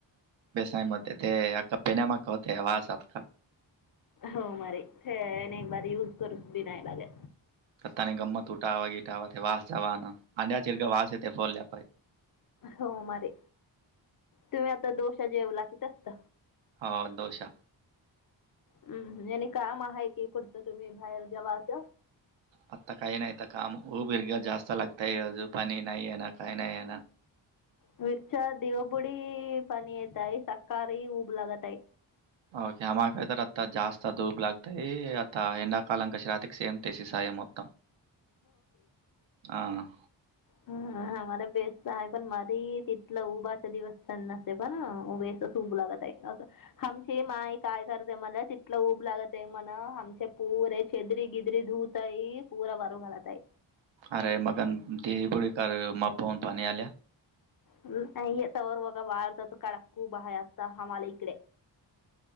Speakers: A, on the right; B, on the left.
A: बेसय होते ते अका पेन म होते वास आका.
B: हो मारी एक बारी यूज करूस बी नाय लागे.
A: कतानी गंमत उठावा गिटावा ते वास जवाना अंड्या चिरग वास येते फोडल्या पाहि.
B: हो मारी तुम्ही आता दोशा जेवला की त असत
A: हो दोषा
B: हम् आणि काम आहे की कुठतं तुम्ही बाहेर जावाच.
A: मत् काय नाहीयत काम ह उबिरग जास्त लागतायज पनी नाहीय येन काय नाहीयन.
B: मिरच्या दिवपुडी पाणी येत आहे सकारी ऊब लागतय.
A: ओके आम कातर आता ज जास्त धूप लागतई आता हेंणा कालंक श राातिक सेम तेे शिसा आहे मतम ह.
B: ह मला बेस्ट आहे पण मारी तिथलं उभाचा दिवस त्यांना ते पण उभे सू लागत आहे अस ह ते माय काय करते मला तिथलं ऊब लागत आहे, म्हण आमचे प पुरे छेद्री गिद्री धुतय. पूरा वारू घालत हाय.
A: अरे मगन दे बुडी का माऊून पाणी आल्या
B: हम् येत वर व बारतात कडकू बा आता हमाला इकडे